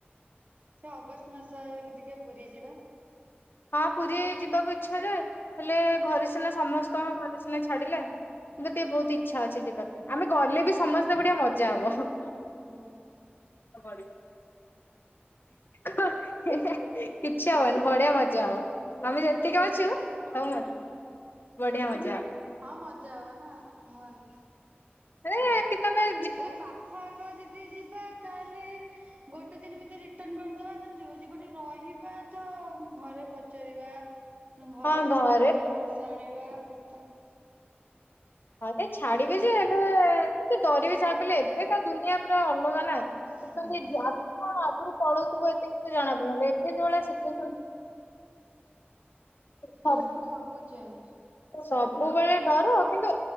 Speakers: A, on the right; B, on the left.
A: ସେ ଅଗଷ୍ଟ ମାସ ଆଡକୁ ଦେଖିବା ପୁରୀ ଯିବା
B: ହଁ ପୁରୀ ଯିବାକୁ ଇଛା ଯେ ହେଲେ ଘରେ ସିନା ସମସ୍ତଙ୍କ ଘରେ ସିନା ଛାଡ଼ିଲେ କିନ୍ତୁ ଟିକେ ବହୁତ ଇଚ୍ଛା ଅଛି ଯିବା ପାଇଁ ଆମେ ଗଲେ ବି ସମସ୍ତେ ବଢିଆ ମଜା ହବ
A: ହୁଁ।
B: ହେ ହେ କିଛି ହବନି ବଢିଆ ବା ମଜା ହବ ଆମେ ଯେତିକି ଅଛୁ ସବୁ ମରିବୁ
A: ହୁଁ
B: ବଢିଆ ମଜା ହବ।
A: ହଁ ମଜା ହବ ନା ମର୍।
B: ରେ ଏଠି ତମେ।
A: ଏଇ ପାଖ ଆଖ ଯଦି ଯିବା ତାହେଲେ ଗୋଟେ ଦିନ ଭିତରେ ରିଟର୍ନ କରିଦବା ତାହେଲେ ଠିକ୍ ଅଛି। ଗୋଠି ଯଦି ରହିବା ତ ଘରେ ପଚାରିବା ଘରରୁ
B: ହଁ ଘରେ
A: ପରାମର୍ଶ ଆଣିବା କେତେ
B: ହଁ ଯେ ଛାଡିବେ ଯେ ଏବେ ଟିକେ ଡରିବି ଯାହାବିହେଲେ ଏବେ ତ ଦୁନିଆ ପୁରା ଅଲଗା ନା।
A: ହୁଁ
B: ଆଗରୁ କଣ ଆଗରୁ ପଳଉଥିବ ଏତେ କିଛି ଜଣା ପଡୁନଥୀଲା ଏବେ ଯୋଉ ଭଳିଆ ସିଚୁସନ୍? <unintelligible>
A: ଏବେ ତ ସବୁ ଚେଞ୍ଜ
B: ସବୁବେଳେ ଡର କିନ୍ତୁ